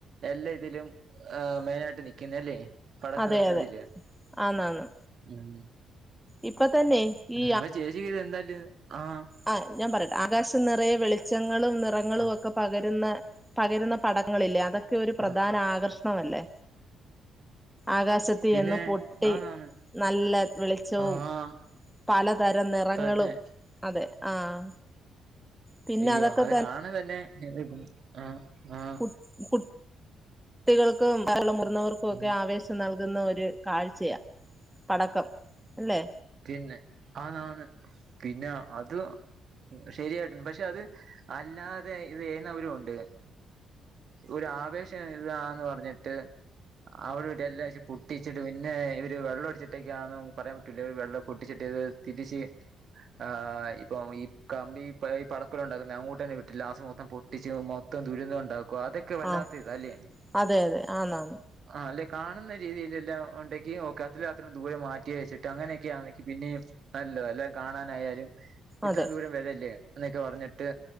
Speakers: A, on the right; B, in the centre.
A: എല്ലാ- ഇതിലും മെയിനായിട്ട് നിക്കുന്നല്ലേ പടക്കം
B: അതെ അതെ
A: ഇതില്
B: ആന്നാന്ന്
A: ഉം
B: ഇപ്പൊ തന്നെ
A: ഉം
B: ഈ
A: അപ്പ ചേച്ചിക്ക് ഇത് എന്തായാലും ആഹ്
B: ആഹ ഞാന് പറയട്ടെ ആകാശം നിറയെ വെളിച്ചം ങ്ങളും നിറങ്ങളും
A: ആഹ്
B: ഒക്കെ പകരുന്ന പകരുന്ന പടങ്ങളില്ലേ അതൊക്കെ ഒരു പ്രധാന
A: ആഹ്
B: ആകർഷ ല്ലെ ആകാശത്ത് കുത്തിന്ന്
A: പിന്നെ
B: പൊട്ടി
A: ആന്നാന്ന്
B: നല്ല വെളിച്ചവും
A: ആഹ്
B: പലതരം നിറങ്ങളും
A: തന്നെ
B: അതെ ആഹ് പിന്നെ
A: അയ്യോ
B: അതൊക്കെ
A: അത് കാണുന്ന തന്നെ ആഹ് ആ ആ
B: കുട്ട് കുട്ട് ട്ടികൾക്ക് മുതിർന്നവർക്കും ഒക്കെ
A: ഉം
B: ആവിശ നൽകുന്ന ഒരു കാഴ്ചയ പടക്കം അല്ലേ?
A: പിന്നെ ആണ് ആണ് പിന്നെ അത് ശരിയായിട്ട പക്ഷെ അത് അല്ലാതെ ഇയ്ന്നവരും ഉണ്ട് ഒരു ആവേശം ഇതാന്ന് പറഞ്ഞിട്ട് അവിടെ ഇവിടെ എല്ലാ പൊട്ടിച്ചിട്ട് പിന്നെവര് വെള്ളം അടിച്ചിട്ടേക്ക ആന്ന് പറയാ- രു വെള്ളം പൊട്ടിച്ചിട്ടത് തിരിച്ച് ആ ഇപ്പം ഈ കമ്പി ഈ പടക്കല ഉണ്ടാക്കുന്ന അങ്ങോട്ട്ന്നെ വിട്ടില്ല ലാസ്റ്റ് മൊത്തം പെ പൊട്ടിച്ചു മൊത്തം ദുരിതം ഉണ്ടാക്കുവ അതൊക്കെ വല്ലാത്ത
B: ആഹ്
A: ഇതാല്ലേ
B: അതെ അതെ ആന്നാന്ന്
A: ആ അല്ലെ കാണുന്ന രീതിയിലെല്ലാം ഉണ്ടെങ്കിൽ ഓക്കെ അത്ര രാത്രം ദൂരെ മാറ്റി വെച്ചിട്ട്- അങ്ങനെയൊക്കെയാക്ക് പിന്നെയും നല്ലോ എല്ലാം കാണാനായാലും ഇത്രയും
B: അതെ
A: ദൂരം വരല്ലേ. എന്നൊക്കെ പറഞ്ഞിട്ട്